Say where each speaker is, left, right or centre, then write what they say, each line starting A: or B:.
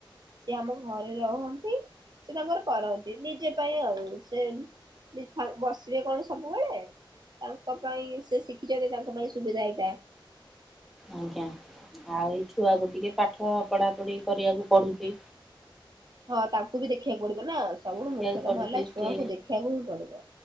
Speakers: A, on the right; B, in the centre.
A: ସିଏ ଆମର ଘରେ ରହନ୍ତି ସେ ତାଙ୍କର କରନ୍ତି, ନିଜେ ପାଇଁ ଆଉ ସେ <unintelligible> ବସିବେ କଣ ସବୁବେଳେ ତାଙ୍କ ପାଇଁ ସେ ଶିଖିଛନ୍ତି ତାଙ୍କ ପାଇଁ ସୁବିଧା ଏଇଟା।
B: ଆଜ୍ଞା ଆଉ ଏଇ ଛୁଆକୁ ଟିକେ ପାଠ ପଢ଼ା ପଢ଼ି କରିବାକୁ ପଡୁଚି।
A: ହଁ ତାଙ୍କୁ ବି ଦେଖିବାକୁ ପଡିବ ନା ସବୁଠୁ
B: ଶିଖିବାକୁ
A: ମୁଖ୍ୟ
B: ପଡୁଛି
A: କାମ ହେଲା ଛୁଆଙ୍କୁ
B: ସେ
A: ଦେଖିବାକୁ ହିଁ ପଡିବ।